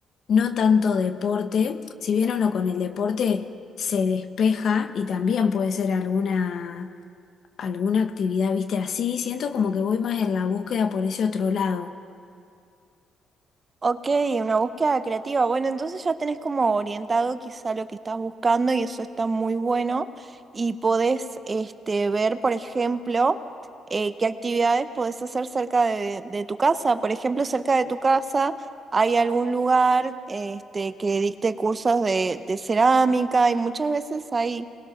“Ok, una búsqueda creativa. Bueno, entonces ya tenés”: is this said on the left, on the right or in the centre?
Right